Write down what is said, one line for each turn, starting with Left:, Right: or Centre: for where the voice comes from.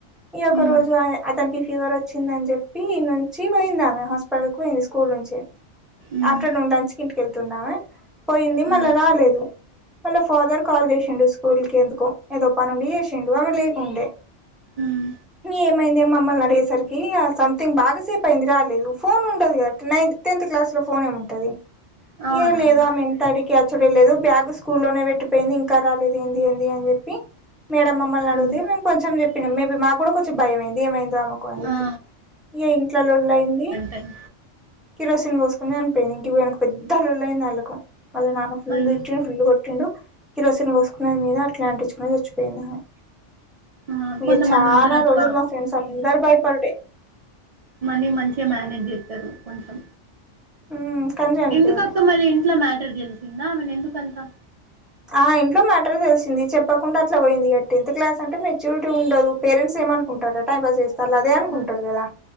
Centre: ఈ ఒక
Right: ఉమ్,
Centre: రోజుఆయ్ అతనికి ఫీవర్ వచ్చిందన్ జెప్పీ ఈన్నుంచీ బోయిందామె హాస్పి పడుకో యింది స్కూల్ నుంచే
Right: ఉమ్,
Centre: ఆఫ్టర్నూన్ లంచ్ కింటి కెల్తుందామే పోయింది మళ్ళ
Right: ఆ,
Centre: రాలేదు వాళ్ళ ఫాదర్ కాల్ జేసిండు స్కూల్ కే ఎందుకో ఏదో పని ఉండి జేసిండు ఆమె లేకుండే
Right: ఉమ్,
Centre: ఏమైంది మమ్మల్నే అడిగేసరికీ ఇగ సంథింగ్ బాగాసేప్ అయింది రాలేదు ఫోన్లుంటది గదట్ నైన్త్ టెన్త్ క్లాస్ లో ఫోన్ ఏం ఉంటది
Right: అవునవును
Centre: ఇయర్ లేదు ఆమె తడికి అచ్చుడే లేదు బ్యాగు స్కూల్లోనే బెట్టిపోయింది ఇంకా రాలేదు ఏందీ ఏందీ అన్జెప్పీ మేడం మమ్మల్ నడుగుతే
Right: ఉమ్,
Centre: మేం కొంచెం జెప్పినం మేబీ మాక్ గుడ కొంచెం భయంమైంది ఏమైందో ఆమకు అన్ జెప్పి
Right: ఆ
Centre: ఏ ఇంట్లో లొల్ళయిందీ
Right: టన్
Centre: కిరోసిన్ బోస్కుని చనిబోయింది ఇంటిక్ పోయినాక్ పెద్ధ లొల్లయిందాళ్ళకు వాళ్ళ నాన్న ఫుల్
Right: అయ్యో
Centre: దిట్టి ఫుల్ కొట్ కొట్టిండు కిరోసిన్ బోస్కున్నది మీదా అట్లా అంటిచ్కునే సచ్చిపోయిందామె
Right: ఆ,
Centre: ఇగా
Right: కొంతమంది
Centre: చానా
Right: ఉంటారు అక్క
Centre: రోజులు మా ఫ్రెండ్స్ అందరు భయపడుడే
Right: మళ్ళీ మంచిగా మేనేజ్ చేస్తారు కొంచెం
Centre: ఉమ్ కానీ చనిపోయింది
Right: ఎందుకక్క మళ్ళీ ఇంట్ల మ్యాటర్ తెలిసిందా అమెను ఎందుకంతా
Centre: ఆ ఇంట్లో మ్యాటర్ తెలిసింది చెప్పకుండా అట్లా పోయింది ఇగ టెన్త్ క్లాస్ అంటే మెచ్యూరిటీ ఉండదు పేరెంట్స్ ఏమనుకుంటారా టైం పాస్ చేస్తాలు అదే అనుకుంటారు
Right: ఆ
Centre: కదా